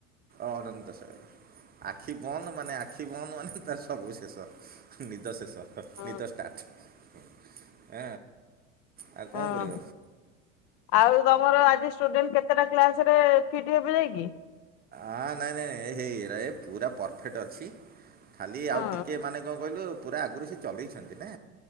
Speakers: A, on the right; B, on the left.
A: ଅନନ୍ତଶୟନ। ଆଖି ବନ୍ଦ ମାନେ ଆଖି ବନ୍ଦ ମାନେ ତ ସବୁ ଶେଷ ନିଦ ଶେଷ। ହ
B: ହଁ
A: ନିଦ ଷ୍ଟାର୍ଟ। ଆଉ କଣ
B: ହଁ।
A: କରିବ?
B: ଆଉ ତମର ଆଜି ଷ୍ଟୁଡେଣ୍ଟ କେତେଟା କ୍ଲାସ ରେ ଫିଟ ହେବେ ଯାଇକି?
A: ଆଁ ନାଇଁ ନାଇଁ ହେଇ ଏ ପୁରା ପରଫେକ୍ଟ୍ ଅଛି। ଖାଲି
B: ହଁ
A: ଆଉ ଟିକେ ମାନେ କଣ କହିଲୁ ପୁରା ଆଗରୁ ସେ ଚଲେଇଛନ୍ତି ନା